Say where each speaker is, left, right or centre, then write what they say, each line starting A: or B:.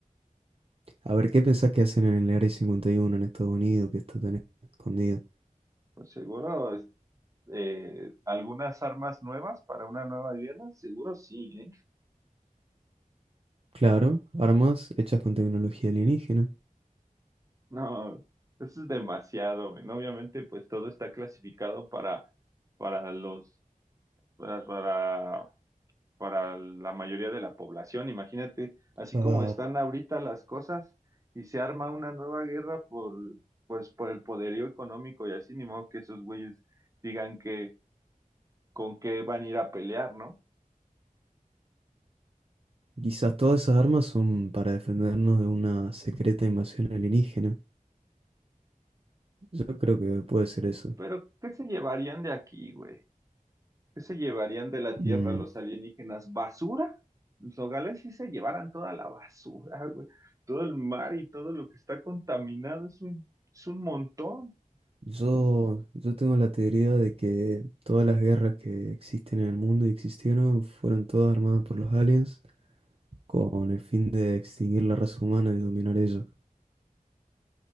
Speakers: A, on the right; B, on the right.
A: A ver, ¿qué pensás que hacen en el Área cincuenta y uno en Estados Unidos que está tan escondido?
B: Pues seguro, es- eh, algunas armas nuevas para una nueva guerra, seguro sí, ¿eh?
A: Claro, armas hechas con tecnología alienígena.
B: No, eso es demasiado, men. Obviamente, pues todo está clasificado para, para los, para, para, para la mayoría de la población. Imagínate, así
A: Ah,
B: como están ahorita las cosas y se arma una nueva guerra por, pues, por el poderío económico y así, ni modo que esos güeyes digan que con qué van a ir a pelear, ¿no?
A: quizás todas esas armas son para defendernos de una secreta invasión alienígena. Yo creo que puede ser eso.
B: Pero, ¿qué se llevarían de aquí, güey? ¿Qué se llevarían de la
A: Mm,
B: Tierra los alienígenas? ¿Basura? Los nogales sí se llevaran toda la basura, güey. Todo el mar y todo lo que está contaminado es un, es un montón.
A: Yo, yo tengo la teoría de que todas las guerras que existen en el mundo y existieron fueron todas armadas por los aliens con el fin de extinguir la raza humana y dominar ellos.